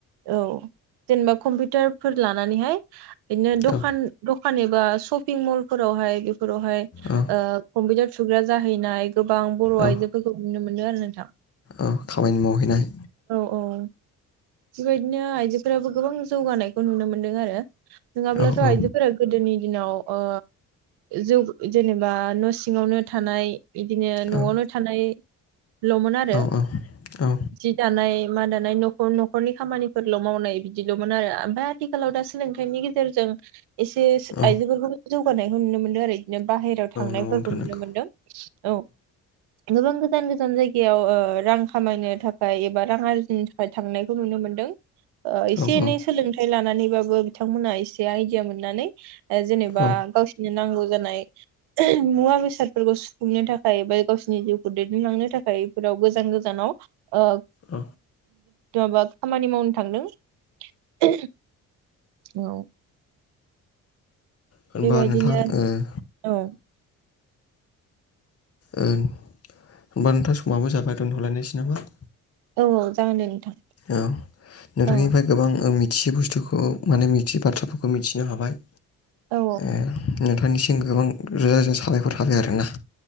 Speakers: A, on the right (about 65°); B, on the left (about 35°).
A: औ। जेनेबा कम्पिउटारफोर लानानैहाय। बिदिनो दखान
B: औ
A: दख फानैबा शपिं मलफोरावहाय फोरावहाय
B: औ
A: ओ कम्पिउटार। सुग्रा जाहैनाय। गोबां बर'
B: औ
A: आइजोफोरखौ नुनो मोनदों आरो नों <inaudible>
B: औ खामानि मावहैनाय।
A: अ। बेबायदिनो आइजोफोराबो गोबां जौगानायखौ नुनो मोनदों आरो। नङाब्लाथ'
B: औ औ
A: आइजोफोरा गोदोनि दिनाव ओ जौ जेनेबा न' सिङावनो थानाय। बिदिनो न'आवनो
B: औ
A: थानाय। ल'मोन आरो
B: औ औ
A: जि दानाय। मा दानाय न'खर न खरनि खामानिफोरल' मावनाय बिदिल'मोन आरो ओमफाय आथिखालाव दा सोलोंथाइनि गेजेरजों एसे
B: औ
A: आइजो फोरखौ जौ होनायखौ नुनो मोनदों बिदिनो बाहेराव थांनायफोरखौ
B: नंगौ नोंथां
A: नुनो
B: नंगौ
A: मोनदों औ। गोबां गोजान गोजान जायगायाव ओ रां खामायनो थाखाय एबा रां आरजिनो थाखाय थांनाय खौ नुनो मोनदों। ओ एसे
B: औ
A: एनै
B: औ
A: सोलोंथाइ ला नानैबाबो बिथांमोना एसे आइदिया मोननानै जेनेबा
B: औ
A: गावसिरनो नांगौ जानाय मुवा बेसादफोरखौ सुफुंनो थाखाय बा गावसिरनि जिउखौ दैदेनलांनो थाखाय बेफोराव गोजान गोजानाव अ
B: औ
A: बा खामानि मावनो थांदों <unintelligible> औ
B: होनबा
A: बेबायदिनो
B: नोंथां ओ
A: औ
B: होनबा नोंथां समाबो जाबाय दोनथ'लायनोसै नामा
A: औ औ जागोन दे नोंथां
B: औ नोंथांनिफ्राय
A: औ
B: गोबां ओ मि मिथियै बुस्थुखौ माने मिथियै बाथ्राफोरखौ मिथिनो हाबाय
A: औ
B: ए नोंनिसिम गोबां रोजा रोजा साबायखर थाबाय आरोना।